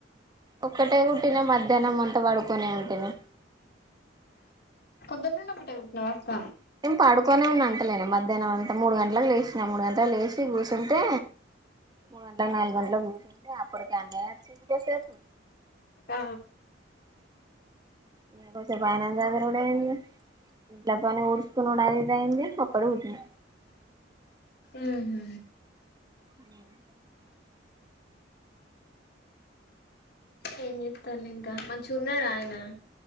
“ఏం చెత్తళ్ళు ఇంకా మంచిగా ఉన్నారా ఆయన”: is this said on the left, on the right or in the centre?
Left